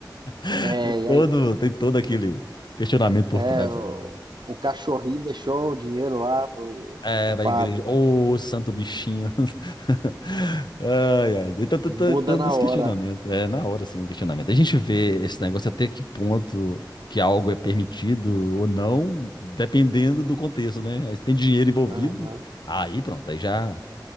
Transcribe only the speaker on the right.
É,
e aí,
é,
o,
o cachorrinho deixou o dinheiro lá pro,
pro
padre.
Muda
na
hora.
Aham.